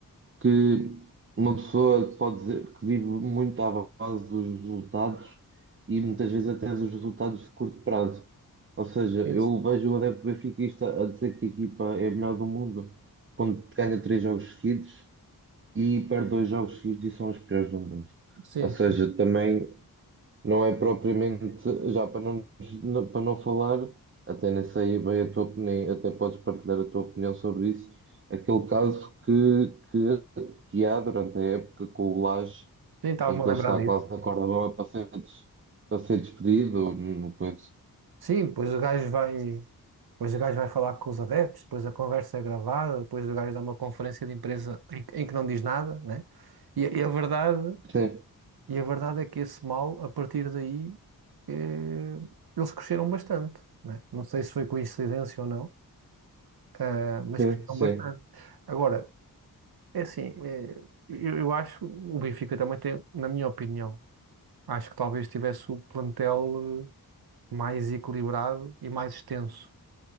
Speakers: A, on the right; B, on the right.
A: que uma pessoa pode dizer que vive muito à base dos resultados e muitas vezes até dos resultados de curto prazo. Ou seja,
B: Sim,
A: eu vejo o adepto benfiquista a dizer que a equipa é a melhor do mundo quando ganha três jogos seguidos e perde dois jogos seguidos e são os piores do mundo.
B: sim.
A: Ou seja,
B: sim.
A: também não é propriamente, já para não, na- para não falar, até nem sei bem a tua opinião, até podes partilhar a tua opinião sobre isso, aquele caso que, que, que há durante a época com o Lage,
B: Nem estava-me
A: em que
B: a lembrar
A: ele está
B: disso.
A: quase na corda bamba para ser, des- para ser despedido, não coisa.
B: Sim, depois o gajo vai, depois o gajo vai falar com os adeptos, depois a conversa é gravada, depois o gajo dá uma conferência de imprensa em, que em que não diz nada, né? E, a e a verdade,
A: Sim,
B: e a verdade é que esse mal, a partir daí, eh, eles cresceram bastante, né? Não sei se foi coincidência ou não, eh, mas
A: sim,
B: cresceram
A: sim.
B: bastante. Agora, é assim, eh, eu, eu acho o Benfica também tem, na minha opinião, acho que talvez tivesse o plantel eh, mais equilibrado e mais extenso